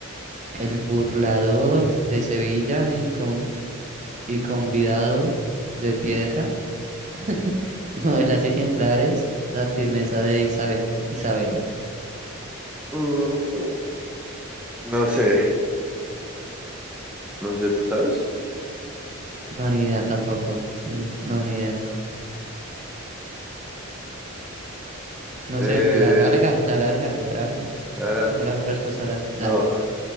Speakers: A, on the right; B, in the centre.
A: El burlador de Sevilla y, con, y convidado de piedra. <laughs> Novelas ejemplares. La firmeza de Isabe- Isabela.
B: Mm, No sé, no sé, ¿tú sabes?
A: No, ni idea tampoco. eh, No, ni idea. No
B: Eh,
A: sé, la larga, la larga, la larga.
B: dale.
A: ¿Por qué no la respuesta larga?
B: No,
A: Ah,